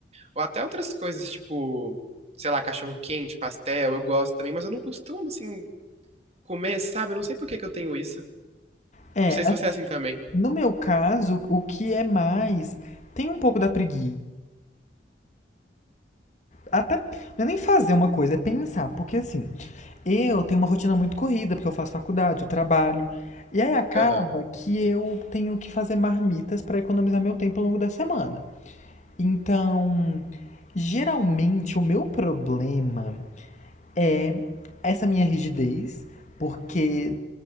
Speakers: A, on the right; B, on the left.
A: Ou até outras coisas, tipo, sei lá, cachorro-quente, pastel, eu gosto também, mas eu não costumo, assim, comer, sabe? Eu não sei por que que eu tenho isso.
B: É,
A: Não sei se você é assim também.
B: no meu caso, o que é mais. Tem um pouco da preguiça. Até. Não é nem fazer uma coisa, é pensar. Porque assim, eu tenho uma rotina muito corrida, porque eu faço faculdade, eu trabalho. E aí acaba
A: Aham,
B: que eu tenho que fazer marmitas para economizar meu tempo ao longo da semana. Então, geralmente o meu problema é essa minha rigidez, porque